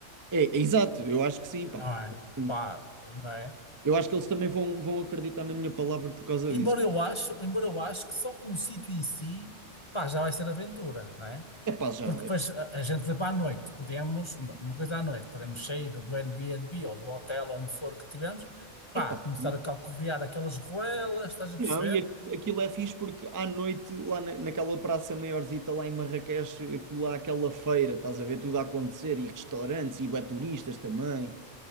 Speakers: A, on the right; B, on the left.
A: É, é exato, eu acho que sim,
B: Não
A: pá.
B: é?
A: Sim.
B: Pá, não é?
A: Eu acho que eles também vão, vão acreditar na minha palavra por causa
B: Embora
A: disso.
B: eu acho, embora eu acho que só pelo sítio em si, pá, já vai ser aventura, não é?
A: É pá, já.
B: Porque depois a, a gente vai para a noite, podemos, uma uma coisa à noite, podemos sair do Airbnb ou do hotel onde for que tivemos, pá,
A: É pá,
B: começar
A: sim.
B: a calcorrear aquelas ruelas, estás a perceber?
A: Não, e aquilo, aquilo é fixe porque à noite, lá na- naquela praça maiorzita, lá em Marrakech, aquilo há aquela feira, estás a ver tudo a acontecer, e restaurantes, e bué turistas também.